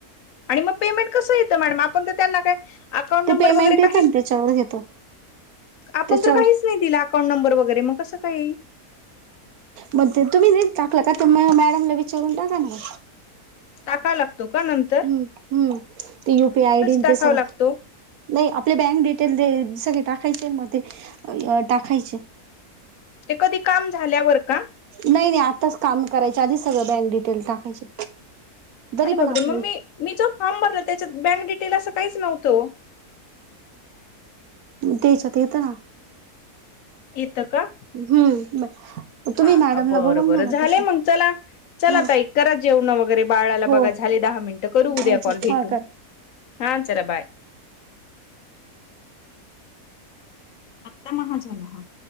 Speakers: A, on the left; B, on the right.
A: आणि मगं पेमेंट कसं येतं मॅडम, आपण तर त्यांना काय अकाउंट
B: ते
A: नंबर
B: पेमेंट
A: वगैरे काहीचं,
B: येतं ना त्याच्यावर घेतो
A: आपण
B: त्याच्यावर
A: तर काहीच नाही दिलं अकाउंट नंबर वगैरे, मग कसं काय येईल?
B: मंग ते तुम्ही जे टाकलं का, ते मॅडमला विचारून टाका ना.
A: टाकाय लागतो का नंत
B: हम्म हम्म, ते युपीआयडी
A: टाकावा
B: ते सगळं
A: लागतो?
B: नाही आपले बँक डिटेल दे सगळे टाकायचे म ते टाकायचे.
A: ते कधी काम झाल्यावर का?
B: नाही नाही, आत्ताच काम करायच्या आधीच सगळं बँक डिटेल टाकायचे, तरी
A: अरे
B: पण
A: बापरे
B: आपलं
A: मग मी मी जो फॉर्म भरला त्याच्यात, बँक डिटेल असं काहीच नव्हतं हो?
B: त्याच्यात येतं ना.
A: येेतं का?
B: हम्म तुम्ही
A: हा
B: मॅडमला
A: का, बरं
B: बोलवून
A: बरं
B: घ्या ना
A: झाले
B: तसं
A: मग चला चला
B: हा
A: ताई, करा जेवणं वगैरे बाळाला
B: हो
A: बघा,
B: हो
A: झाले दहा मिनटं करू उद्या
B: चालेल
A: कॉल भेटू.
B: हा कर
A: हा चला बाय. आता महा झाला हा.